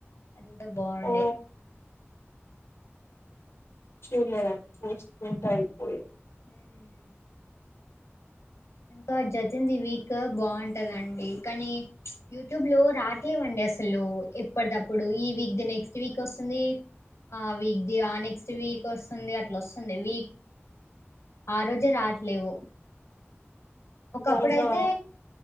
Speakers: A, on the left; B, on the left.
A: అంతా బాగుండే
B: ఓ చూడలేదండి చూస్తుంటా అయిపోయ
A: ఉమ్ ఇంకా జతిందిి వీక్ బాగుంటదండి కానీ యూట్యూబ్ లో రాట్లేవ్వండి అసలు ఎప్పటి తప్పుడు ఈ వీక్ ది నెక్స్ట్ వీక్ వస్తుంది ఆ వీక్ ది ఆ నెక్స్ట్ వీక్ వస్తుంది అట్లా వస్తుంది వీక్ ఆ రోజే రావట్లేవు ఒకప్పుడైతే
B: అవునా